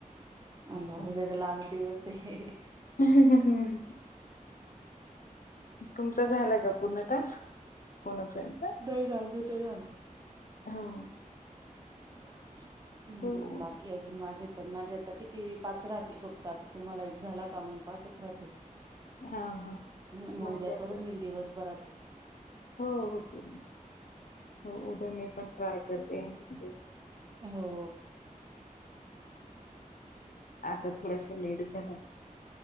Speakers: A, on the right; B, on the left.
A: <unintelligible>
B: असं
A: दिवस हे <unintelligible>
B: हहह तुमचा झाला का पूर्ण टास्क? फोन फ्रेंड चा
A: नाही ना अजून नाही झाला.
B: हम
A: हम्म
B: हो.
A: बाकी की अजून माझे पण माझे आता किती पाच राहतील फक्त आता तुम्हाला एक झाला का मग पाचच राहतील
B: हां हां.
A: मग
B: माझ्या
A: उद्या
B: आता
A: करून घेईल दिवस भरात
B: हो हो होतील हो उद्या मी पण ट्राय करते म्हणजे
A: हो
B: आता थोडसं लेटच झाला